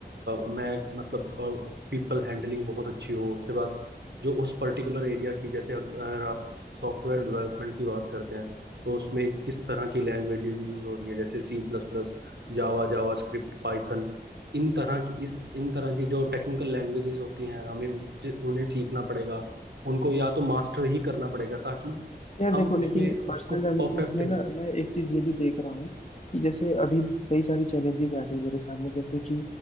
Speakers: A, on the right (about 85°); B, on the left (about 40°).
A: मैं मतलब पीपल हैंडलिंग बहुत अच्छी हो उसके बाद जो उस पर्टिकुलर एरिया की जैसे अग- अगर आप सॉफ्टवेयर डेवलपमेंट की बात करते हैं तो उसमें किस तरह की लैंग्वेजेस यूज हो रही हैं जैसे C plus plus Java JavaScript Python इन तरह की इस इन तरह की जो टेक्निकल लैंग्वेजेस होती हैं हमें उन- जि- उन्हें सीखना पड़ेगा उनको या तो मास्टर ही करना पड़ेगा ताकि
B: यार
A: हम
B: देखो लेकिन
A: उसमें उसको
B: पर्सनल डेवलपमेंट
A: परफेक्ट
B: में ना मैं एक चीज ये भी देख रहा हूँ कि जैसे अभी कई सारी चैलेंजेस आ रही है मेरे सामने जैसे कि